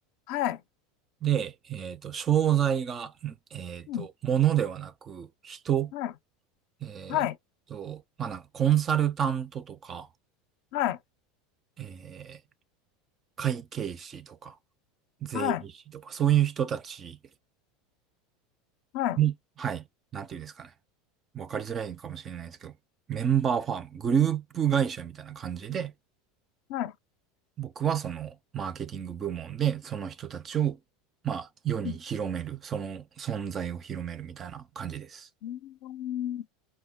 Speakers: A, on the left; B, on the right.
A: あ、はい、
B: で、えっと、商材が、んえっと、
A: うん、
B: 物ではなく、人、
A: はい、
B: えっと、
A: はい、
B: まあ、なんか、コンサルタントとか、
A: はい、
B: えー会計士とか、税理士とか、
A: はい、
B: そういう人たち
A: はい、
B: に、はい、なんていうんですかね。わかりづらいかもしれないですけど、メンバーファーム、グループ会社みたいな感じで、
A: はい。
B: 僕はそのマーケティング部門で、その人たちを、まあ、世に広める、
A: うん、
B: その存在を広めるみたいな感じです。
A: うん